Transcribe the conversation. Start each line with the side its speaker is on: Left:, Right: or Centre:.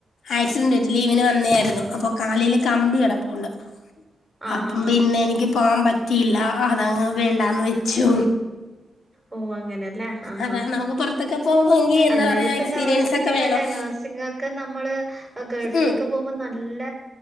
Left: ആക്സിഡന്റ് പറ്റി ലീവിന് വന്നായിരുന്നു അപ്പൊ കാലിൽ കമ്പി കിടപ്പോണ്ട്
Centre: ആഹ് ആഹ്
Left: അപ്പം
Centre: ആഹ്
Left: പിന്നെ
Centre: ആഹ്
Left: എനിക്ക് പോവാൻ പറ്റിയില്ല അതങ്ങ് വേണ്ടാന്ന് വെച്ചു
Centre: ഓ അങ്ങനെല്ലേ ആഹ്
Left: അതാ നമുക്ക് പുറത്തൊക്കെ പോകണമെങ്കി എന്താ
Centre: അല്ലാതെ
Left: പറയാ
Centre: ഇപ്പ
Left: എക്സ്പീരിയൻസ്
Centre: നഴ്സിങ്ങിലല്ലേ
Left: ഒക്കെ വേണം
Centre: നഴ്സിംഗ് ഒക്കെ നമ്മള് ഗൾഫിലൊക്കെ
Left: ഉം
Centre: പോകുമ്പോ നല്ല